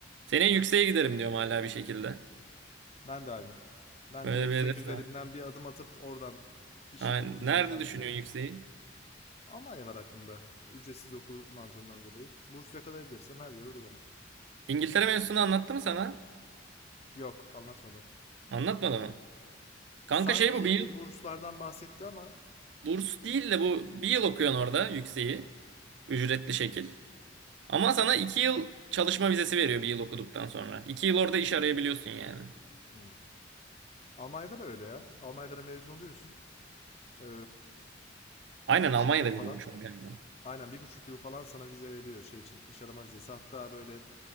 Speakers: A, on the right; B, on the left.
A: Seneye yükseğe giderim diyorum hala bir şekilde.
B: Ben de aynı. Ben
A: Böyle
B: de yüksek
A: bir hedef
B: üzerinden
A: de var.
B: bir adım atıp oradan işi
A: Aynen.
B: bulurum
A: Nerede
B: diye tahmin
A: düşünüyorsun
B: ediyorum ya.
A: yükseği?
B: Almanya var hakkında. Ücretsiz okul mantığından dolayı. Burs yakalayabilirsem her yere olur ama.
A: İngiltere mevzusunu anlattı mı sana?
B: Yok, anlatmadı.
A: Anlatmadı mı? Kanka
B: Sanki
A: şey bu bir
B: bir
A: yıl
B: burslardan bahsetti ama.
A: burs değil de bu bir yıl okuyorsun orada yükseği. Ücretli şekil. Ama sana iki yıl çalışma vizesi veriyor bir yıl okuduktan sonra. İki yıl orada iş arayabiliyorsun yani.
B: Hmm. Almanya'da da öyle ya. Almanya'da da mezun oluyorsun. Ee,
A: Aynen
B: bir buçuk
A: Almanya'da
B: yıl
A: veriyormuş
B: falan.
A: ona galiba.
B: Aynen bir buçuk yıl falan sana vize veriyor şey için. iş arama vizesi. Hatta böyle